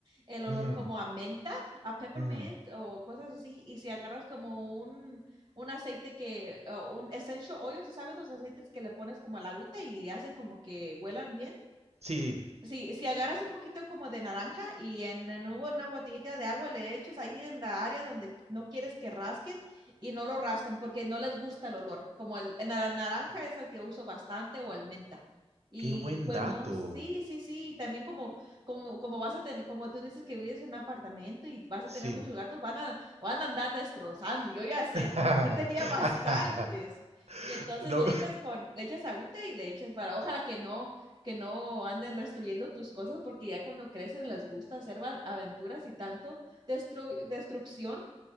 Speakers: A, on the right; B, on the right.
A: el olor
B: ujú,
A: como a menta, a peppermint
B: ujú.
A: o cosas así. Y si agarras como un un aceite que, o un essential oil, si sabes los aceites que le pones como al agüita y hacen como que huelan bien
B: Sí, sí. sí.
A: si, si agarras un poquito como de naranja y en, en un- una botellita de agua le echas ahí en la área donde no quieres que rasquen y no lo rascan porque no les gusta el olor. Como el, el nara- naranja es el que uso bastante o el menta. Y
B: Qué buen
A: pues
B: dato.
A: no, sí, sí, sí, también como, como, como vas a tener, como tú dices que vives en un apartamento y vas a
B: Sí.
A: tener muchos gatos, van a, van a andar destrozando, yo ya sé,
B: <laughs>
A: yo tenía bastantes. Y entonces
B: No,
A: le echas con, le echas agüita y le echas para, ojalá que no que no anden destruyendo tus cosas porque ya cuando crecen les gusta hacer va- aventuras y tanto destru- destrucción.